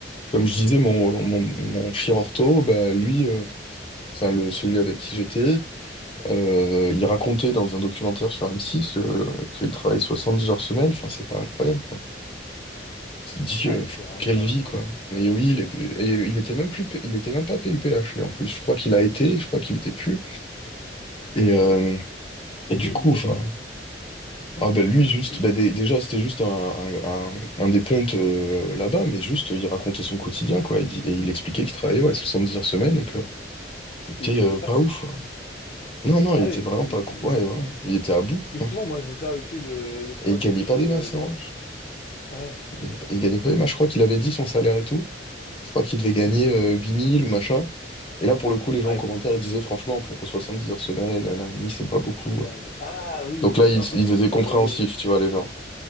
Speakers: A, on the left; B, on the left.
A: Comme je disais, mon,
B: Mm.
A: mon, mon chirurto, bah, lui. euh, enfin le, celui avec qui j'étais, euh, il racontait dans un documentaire sur M6 euh, qu'il travaille 70 heures semaine, enfin c'est pas incroyable quoi. Il dit
B: ouais,
A: euh,
B: c'est vraiment
A: quelle
B: pas.
A: vie quoi. Mais oui, il est- et il était même plus, P- il était même pas PUPH lui en plus. Je crois qu'il a été, je crois qu'il était plus. Et, euh, et
B: Et
A: du
B: lui, il
A: coup,
B: disait
A: enfin,
B: quoi?
A: ah ben lui juste,
B: Il,
A: ben dé- déjà c'était juste un, un, un- un des pontes euh, là-bas, mais juste il racontait son quotidien quoi. Il- Et il expliquait qu'il travaillait ouais, 70 heures semaine et que c'était
B: il était
A: euh,
B: fan?
A: pas ouf. Non, non,
B: Ah
A: il était
B: oui,
A: vraiment pas.
B: il, il...
A: Ouais, voilà. Il était à bout.
B: Parce
A: hein.
B: que souvent, moi, c'est ça aussi le, le problème,
A: Et il gagnait
B: c'est que
A: pas
B: je trouve
A: des
B: que
A: masses.
B: dans.
A: hein.
B: Ouais,
A: Il gagnait pas, il gagnait pas des masses. Je crois qu'il avait dit son salaire et tout. Je crois qu'il devait gagner euh, 8000 ou machin. Et là, pour le coup, les gens
B: ouais,
A: en commentaire, ils disaient franchement, pour 70 heures semaine, un ami, c'est pas beaucoup.
B: c'est dingue.
A: euh.
B: Ah oui,
A: Donc là,
B: d'accord,
A: ils, ils
B: ah, t'as
A: étaient
B: vu
A: compréhensifs,
B: le. Oui,
A: tu vois, les gens.